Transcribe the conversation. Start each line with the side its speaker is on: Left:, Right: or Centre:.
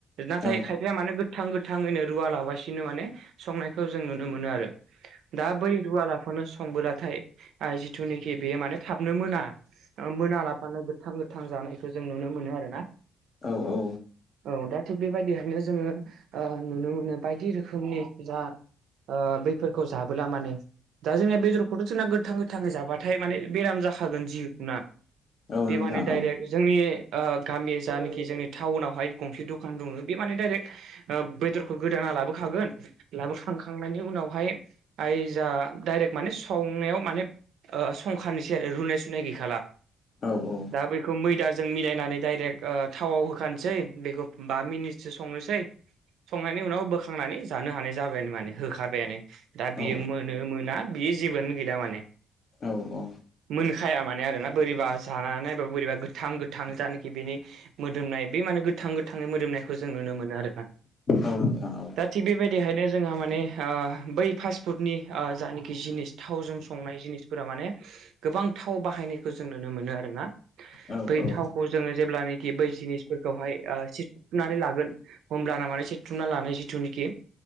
Right: नाथाय
Left: औ
Right: खायफाया मानो गोथां गो थाङैनो रुवा लाबासिनो माने संनायखौ जों नुनो मोनो आरो। दा बै रुवाला नो संबोलाथाय आ जिथुनाखि बेयो माने थाबनो मोना आ मोना लाबानो थां गोथां जानायखौ जों नुनो मोनो आरो ना।
Left: औ औ।
Right: औ दा थिग बेबायदिहायनो जोङो नुनो मोनो बायदि रोखोमनि जा आ बैफोरखौ जाबोला माने दा जोंना बेदरखौथ' जोंना गोथां गोथाङै जाबाथाय माने बेराम जाखागोन जिखुना
Left: औ
Right: बि
Left: नोंथां
Right: मानि डायरेक्ट
Left: औ
Right: जोंनि आ गामि जानाखि जोंनि टाउनावहाय गंसे दखान दङो। बे माने डाइरेक्ट ओ बेदरखौ गोदाना लाबोखागोन लाबोखांखांनायनि उनावहाय आइ जा डाइरेक्ट माने संनायाव माने ओ संखानोसै आरो रुनाय सुनाय गैखाला।
Left: औ औ।
Right: दा बेखौ मैदाजों मिलायनानै दडाइरेक्ट ओ थावआव होखानोसै बेखौ बा मिनिटसो संनोसै संनायनि उनाव बोखांनानै जानो हानाय जाबायानो माने। होखाबायानो दा बेयो
Left: औ
Right: मोनो मोना बियो जेबोनो गैला माने।
Left: औ औ।
Right: मोनखाया माने आरोना बोरैबा जानानै नायबा बोरैबा गोथां गोथां जानाखि बेनि मोदोमनाय बे माने गोथां गोथांनि मोदोमनायखौ जों नुनो मोनो आरोना।
Left: औ नोंथां औ।
Right: दा थिग बेबायदिहायनो जोंहा माने आ बै फास्टफुडनि आ जानाखि जिनिस थावजों संनाय जिनिस फोरा माने गोबां थाव बाहायनायखौ जों नुनो मोनो आरोना।
Left: औ
Right: बै
Left: औ
Right: थावखौ जोङो जेब्लानाखि बै जिनिसफोरखौहाय <unintelligible> नानै लागोन होमब्ला ना मान सेथुमना लानाय जिथुनिखि